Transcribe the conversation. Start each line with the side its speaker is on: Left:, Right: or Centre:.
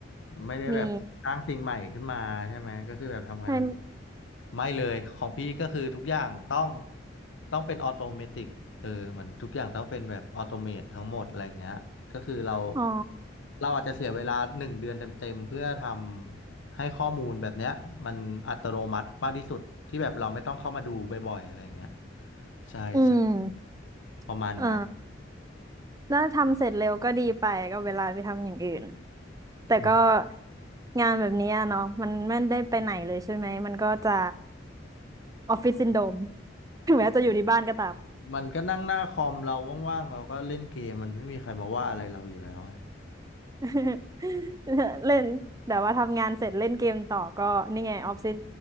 Left: ไม่ได้แบบสร้างสิ่งใหม่ขึ้นมาใช่ไหมก็คือแบบทำงานเดิม
Right: มีให้
Left: ไม่เลยของพี่ก็คือทุกอย่างต้องต้องเป็นออโตเมติกเออเหมือนทุกอย่างต้องเป็นแบบออโตเมตทั้งหมดอะไรเงี้ยก็คือเรา
Right: อ๋อ
Left: เราอาจจะเสียเวลาหนึ่งเดือนเต็มๆเพื่อทำให้ข้อมูลแบบเนี้ยมันอัตโนมัติมากที่สุดที่แบบเราไม่ต้องเข้ามาดูบ่อยๆอะไรเงี้ยใช่ใช่
Right: อืม
Left: ประมาณนั้น
Right: เออแล้วทำเสร็จเร็วก็ดีไป ก็เวลาไปทำอย่างอื่น
Left: อืม
Right: แต่ก็งานแบบนี้อะเนาะมันไม่ได้ไปไหนเลยใช่ไหมมันก็จะออฟฟิศซินโดรมถึงแม้จะอยู่ที่บ้านก็ตาม
Left: มันก็นั่งหน้าคอมเราว่างๆเราก็เล่นเกมมันไม่มีใครมาว่าอะไรเราอยู่แล้วไง
Right: <laughs> เล่นแต่ว่าทำงานเสร็จเล่นเกมต่อก็นี่ไงออฟฟิศ